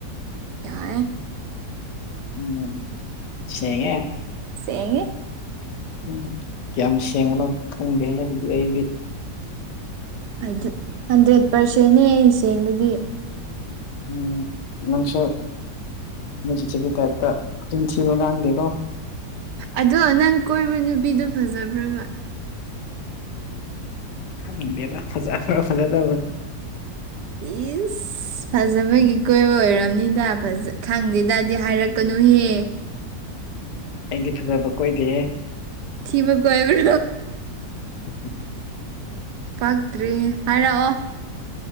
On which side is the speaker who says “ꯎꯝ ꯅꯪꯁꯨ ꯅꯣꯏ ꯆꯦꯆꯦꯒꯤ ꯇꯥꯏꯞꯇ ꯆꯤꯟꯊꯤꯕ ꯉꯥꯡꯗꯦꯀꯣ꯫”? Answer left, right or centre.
Left